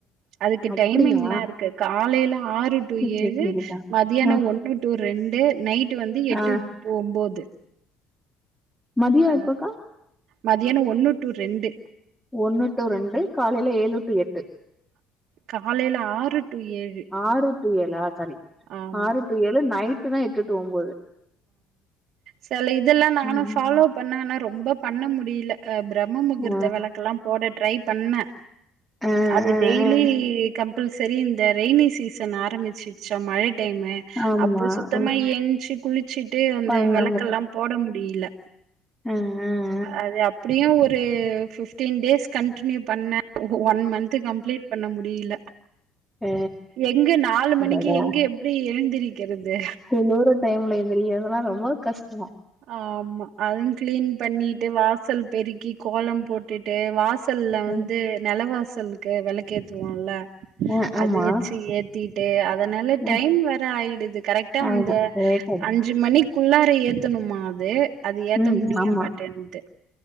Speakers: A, on the right; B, in the centre.
A: அதுக்கு
B: அப்படியா?
A: டைமிங்லா இருக்கு காலையில ஆறு டு
B: சரி, சரி,
A: ஏழு
B: சரிக்கா.
A: மதியானம்
B: அ,
A: ஒன் னு டு ரெண்டு நைட் வந்து எட்டு
B: ஆ
A: டூ ஒம்போது
B: மதியம்
A: ஆ
B: எப்பக்கா?
A: மதியானம் ஒன்னு டூ ரெண்டு
B: ஒன்னு டு ரெண்டு காலையில ஏழு டூ எட்டு
A: காலையில ஆறு டு ஏழு
B: ஆறு டு ஏழா சாரி
A: ஆமா
B: ஆறு டு ஏழு நைட்டு தா எட்டுட்டு ஒம்போது
A: செல இதெல்லா நானும்
B: ம்.
A: ஃபாலோ பண்ணே ஆனா ரொம்ப பண்ண முடியல பிரம்ம முகூர்த்த
B: ஆ,
A: வெளக்கெல்லா போட ட்ரை பண்ணே
B: ஆ,
A: அது
B: ஆ,
A: டெய்லி
B: ஆ.
A: கம் ப்பல்சரி இந்த ரெய்னி சீசன் ஆரம்பிச்சிடுச்சா மழ டைமு
B: ஆமா.
A: அப்போ சுத்தமா
B: அ
A: எஞ்சு குளிச்சுட்டு அந்த
B: பண்ண
A: விளக்கெல்லாம் போட முடியல
B: ஆஹ
A: அது அப்டியு ஒரு பிஃப்டீன் டேஸ் கண்டினியூ பண்ணே ஒன் மன்த் கம்ப்ளீட் பண்ண முடியில
B: அ. அ,
A: எங்க நாலு மணிக்கு
B: அடடா!
A: எங்க எப்டி எழுந்திருக்கிறது
B: குளுரு டைம்ல எந்திரிக்கறதுல்லா ரொம்ப கஷ்டோ
A: ஆமா அதுவும் கிளீன் பண்ணிட்டு வாசல் பெரி க்கி கோலம் போட்டுட்டு வாசல்ல வந்து
B: ம்.
A: நெல வாசலுக்கு வெளக்கேத்துவோல்ல
B: அ, ஆமா.
A: அது வச்சு ஏத்தி ட்டு அதனால
B: ம்.
A: டைம் வேர ஆயிடுது கரெக்டா
B: ஆயிடும்.
A: அந்த
B: லேட் ஆயிடும்.
A: அஞ் அஞ்சு மணிக்குள்ளார ஏத்தனுமா அது அது ஏத்த
B: ம்,
A: முடிய
B: ஆமா.
A: மாட்டேன்னுது